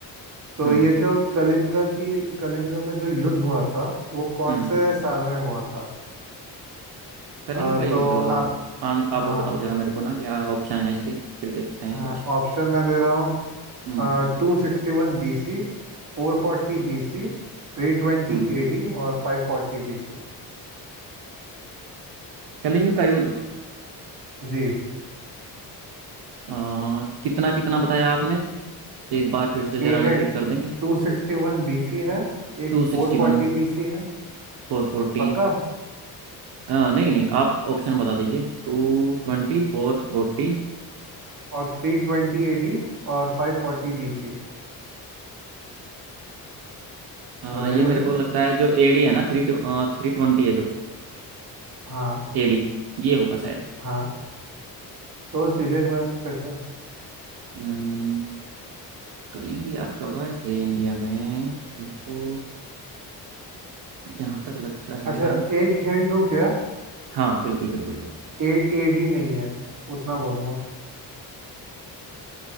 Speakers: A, on the right; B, on the right.
A: तो
B: हम्म
A: ये जो कलिंगा की कलिंगा में जो युद्ध हुआ था वो कौन
B: हम्म
A: से साल में हुआ था
B: करेंगे
A: अ,
B: का युद्ध
A: तो आप
B: आन-
A: हाँ
B: आप वो बताओ जरा मेरे को ना क्या ऑप्शन है इसके फिर देखते हैं
A: हाँ
B: कुछ
A: ऑप्शन मैं दे रहा हूँ
B: हम्म
A: टू सिक्सटी वन बी सी फोर फोर्टी बी सी थ्री ट्वेंटी
B: हम्म
A: ए डी और फाइव फोर्टी बी सी
B: कलिंग का युद्ध
A: जी
B: अ, कितना कितना बताया आपने एक बार फिर से जरा
A: एक
B: रिपीट
A: है
B: कर देंगे
A: two sixty one B C है एक
B: टू
A: फोर
B: सिक्सटी
A: फोर्टी
B: वन
A: बी सी है
B: फोर फोर्टी
A: पक्का
B: नहीं नहीं आप ऑप्शन बता दीजिए टू ट्वेंटी फोर फोर्टी
A: और थ्री ट्वेंटी एडी और फाइव फोर्टी बीसी
B: आ,
A: बताइए
B: ये
A: बताइए
B: मेरे को लगता है जो एडी है ना थ्री टू थ्री ट्वेंटी है जो
A: हाँ
B: एडी ये होगा शायद
A: हाँ सोच लीजिए एक बार फिर से
B: अम्म, कलिंग यार कब आए थे इंडिया में मेरे को जहाँ तक लगता है
A: अच्छा एक हिंट दूं क्या
B: हाँ बिल्कुल बिल्कुल भाई
A: ए एडी नहीं है उतना बोलूंगा